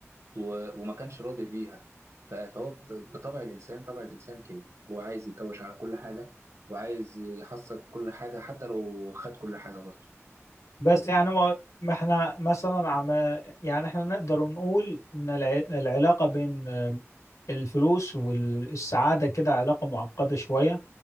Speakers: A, on the right; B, on the left.
A: و- وما كانش راضي بيها ف- فهو بط- بطبع الانسان طبع الانسان كده هو عايز يكوش على كل حاجه وعايز يحصل كل حاجه حتى لو خد كل حاجه برضه
B: بس يعني ما ما احنا مثلا عم يعني احنا نقدر نقول ان الع- العلاقة بين آه، الفلوس والسعادة كده علاقة معقدة شوية